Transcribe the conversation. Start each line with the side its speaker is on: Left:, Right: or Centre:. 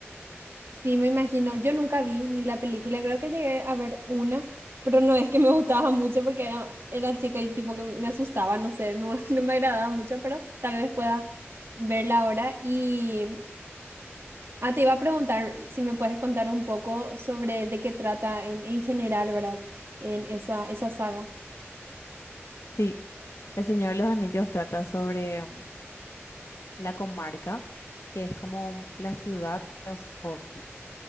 Right: sí, me imagino. Yo nunca vi ni la película, creo que llegué a ver una, pero no es que me gustaba mucho porque era, era chica y tipo que me asustaba, no sé, no, <laughs> no me agradaba mucho, pero tal vez pueda verla ahora. Y Ah, te iba a preguntar si me puedes contar un poco sobre de qué trata en, en general, ¿verdad? En esa, esa saga.
Left: Sí, El Señor de los Anillos trata sobre mm, la comarca, que es como la ciudad de los hobbits.